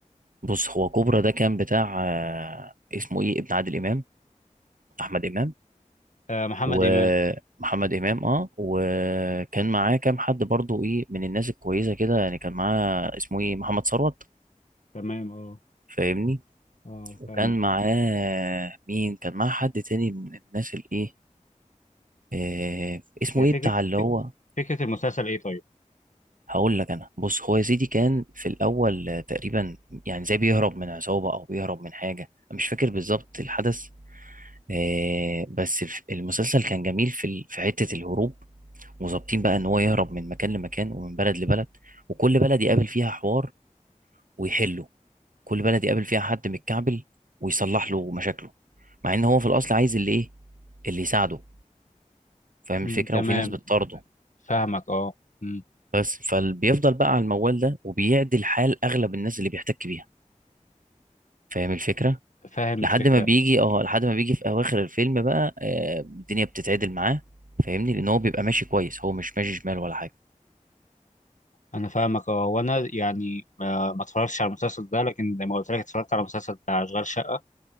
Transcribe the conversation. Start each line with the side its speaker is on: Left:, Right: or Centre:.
Right: بص هو كوبرا ده كان بتاع آه اسمه ايه ابن عادل امام احمد امام
Left: آه محمد
Right: ومحمد
Left: امام
Right: امام اه وكان معاه كام حد برضو ايه من الناس الكويسه كده يعني كان معاه اسمه ايه محمد ثروت
Left: تمام اه
Right: فاهمني
Left: اه
Right: وكان
Left: فاهمك
Right: معاه مين كان معاه حد تاني من الناس الايه آه اسمه
Left: يا
Right: ايه
Left: فكره
Right: بتاع اللي هو
Left: فكره المسلسل ايه طيب
Right: هقول لك انا بص هو يا سيدي كان في الاول آه، تقريبا يعني زي بيهرب من عصابه او بيهرب من حاجه أنا مش فاكر بالظبط الحدث آه بس الف- المسلسل كان جميل في ال- في حته الهروب وظابطين بقى ان هو يهرب من مكان لمكان ومن بلد لبلد وكل بلد يقابل فيها حوار ويحله كل بلد يقابل فيها حد متكعبل ويصلح له مشاكله مع ان هو في الاصل عايز اللي ايه اللي يساعده فاهم
Left: مم،
Right: الفكره
Left: تمام
Right: وفي ناس بتطارده
Left: فاهمك اه مم،
Right: بس فبيفضل بقى على الموال ده وبيعدل حال اغلب الناس اللي بيحتك بيها فاهم الفكره
Left: فاهم
Right: لحد
Left: الفكره
Right: ما بيجي اه لحد ما بيجي في اواخر الفيلم بقى آه، الدنيا بتتعدل معاه فاهمني لان هو بيبقى ماشي كويس هو مش ماشي شمال ولا حاجه
Left: انا فاهمك اه وانا يعني ما ما اتفرجتش على المسلسل ده لكن زي ما قلت لك اتفرجت على المسلسل بتاع اشغال شقه